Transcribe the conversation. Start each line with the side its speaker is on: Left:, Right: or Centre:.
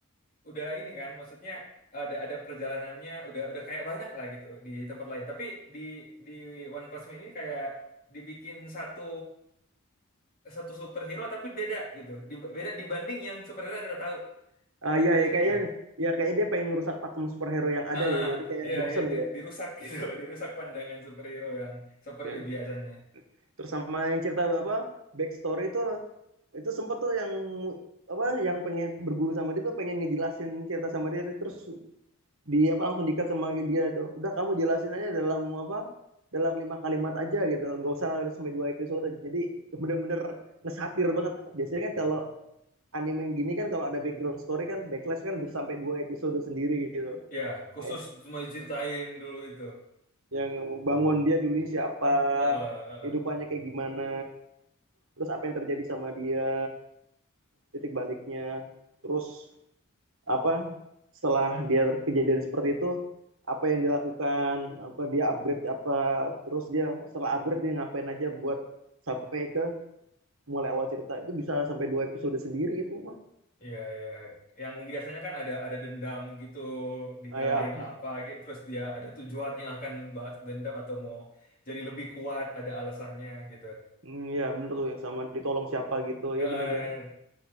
Left: udah ini kan, maksudnya ada ada perjalanannya udah udah kayak banyak lah gitu di tempat lain. Tapi di di One Punch Man ini kayak dibikin satu satu superhero tapi beda gitu. Di- beda dibanding yang superhero yang kita tahu.
Right: ah,
Left: kayak
Right: ya
Left: biasanya.
Right: ya kayaknya ya kayak dia pengen ngerusak pakem superhero yang ada
Left: Ah,
Right: gitu jadi kayak
Left: iya,
Right: bosen
Left: iya, di-
Right: gitu
Left: dirusak gitu, <laughs> dirusak pandangan superhero yang seperti
Right: ya
Left: biasanya.
Right: terus sama yang cerita apa backstory itu itu sempet tuh yang apa yang pengen berguru sama dia tuh pengen ngejelasin cerita sama dia terus di apa langsung dikat sama dia tuh udah kamu jelasin aja dalam apa dalam lima kalimat aja gitu nggak usah sampai dua episode jadi bener-bener ngesatir banget biasanya kan kalau anime yang gini kan kalau ada background story kan backlash kan bisa sampai dua episode sendiri gitu
Left: Ya, khusus
Right: kayak
Left: cuma diceritain dulu itu.
Right: yang bangun dia dulunya siapa
Left: Heeh, heeh.
Right: hidupannya kayak gimana terus apa yang terjadi sama dia titik baliknya terus apa setelah dia kejadian seperti itu apa yang dilakukan apa dia upgrade apa terus dia setelah upgrade dia ngapain aja buat sampai ke mulai awal cerita itu bisa sampai dua episode sendiri itu mah
Left: Iya, iya. Yang biasanya kan ada ada dendam gitu, dikalahin
Right: nah, ya
Left: apa, gitu. Terus dia ada tujuannya akan balas dendam atau mau jadi lebih kuat, ada alasannya gitu.
Right: mm, ya bener tuh ya sama ditolong siapa gitu
Left: Heeh,
Right: ya bener-bener
Left: yang